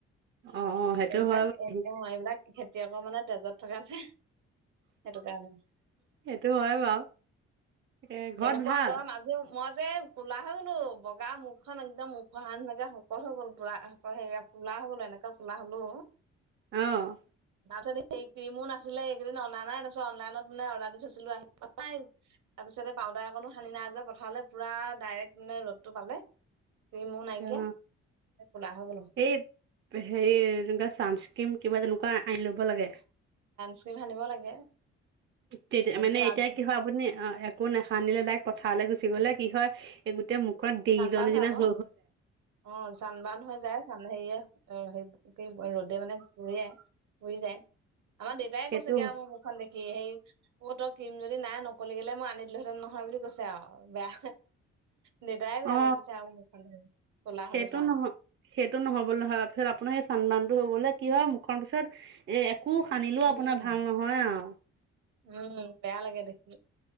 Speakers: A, on the right; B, on the right.
A: অ' - অ' সেইটো
B: এইবিলাক
A: হয় বাৰু
B: অ' এইবিলাক খেতিয়কৰ মানে তেজত থকা যে। সেইটো কাৰণে।
A: সেইটো হয় বাৰু এ ঘৰত
B: এনেকুৱা
A: ভাল?
B: গৰম আজিও মই যে কলা হৈ গ'লো। বগা মুখখন একদম উখহানেকে শুকল হৈ গ'ল পুৰা। আকৌ সেয়া কোলা হৈ গ'লো, এনেকা কোলা হ'লো
A: অ'।
B: তাৰপিছত সেই ক্ৰীমো নাছিলে। এইকেদিন অনা নাই। তাৰপিছত অনলাইনত মানে অৰ্ডাৰ দি থৈছিলো, আহি পোৱা নাই। তাৰপিছত এই পাউদাৰ অকণো সানি নাই। আজি পথাৰলে পুৰা ডাইৰেক্ট মানে ৰ'দটো পালে। ক্ৰিমো নাইকিয়া,
A: অ
B: এ কোলা হৈ গ'লোঁ।
A: এই হেৰি তেনেকুৱা চানস্ক্ৰীম, কিবা তেনেকুৱা আনি লব লাগে।
B: স্ক্ৰিম সানিব লাগে।
A: তেতিয়া-
B: তাৰপিছত
A: মানে এতিয়া কি হয়, আপুনি অ' একো নেসানিলে ডাইৰেক পথাৰলৈ গুচি গ'লে কি হয় এই গোটেই মুখত দেইজ
B: চানবাৰ্ণ
A: নিচিনা
B: হয় আকৌ
A: হ
B: অ' চানবান হৈ যায়। চান হেৰিয়ে অ'- সেই কি মই ৰ'দে মানে পুৰে, পুৰি যায়। আমাৰ দেউতাই
A: সেইটো
B: কৈছেগে আৰু মই মুখখন দেখি সেই অ' তই ক্ৰীম যদি নাই, নকলি খেলে, মই আনি দিলোহেঁতেন নহয় বুলি কৈছে আৰু বেয়া দেদাই
A: অ
B: বেয়া লাগিছে আও <unintelligible> ক'লা
A: সেইটো
B: হলো কাৰণে।
A: নহয় সেইটো নহবলৈ হ পিছত আপোনাৰ সেই চন্দনটো হৈ গ'লে কি হয় মুখৰ পিছত এ একো সানিলো
B: উম
A: আপোনাৰ ভাল নহয় আও।
B: উম বেয়া লাগে দেখি,